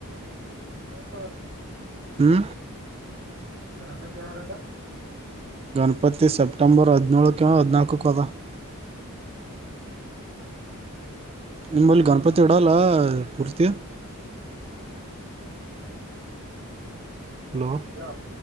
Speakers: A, on the right; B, on the right.
A: ದೇವ
B: ಹ್ಮ.
A: ಗಣಪತಿ ಯಾವಾಗದ.
B: ಗಣಪತಿ ಸೆಪ್ಟೆಂಬರ್ ಹದಿನೇಳಕ್ಕ ಹದಿನಾಕ್ಕಕ ಅದ.
A: <inaudible>
B: ನಿಮ್ಮಲ್ಲಿ ಗಣಪತಿ ಇಡಲ್ಲ ಪೂರ್ತಿ.
A: ಹ್ಮ.
B: ಹಲೋ
A: ಹಲೋ